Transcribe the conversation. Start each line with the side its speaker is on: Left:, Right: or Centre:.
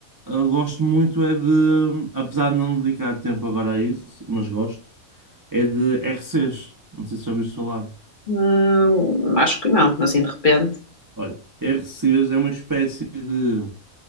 Right: eu gosto muito é de, apesar de não dedicar tempo agora a isso, mas gosto, é de RCs. Não sei se já ouviste falar.
Left: Hum, acho que não, assim de repente.
Right: Olha, RCs é uma espécie de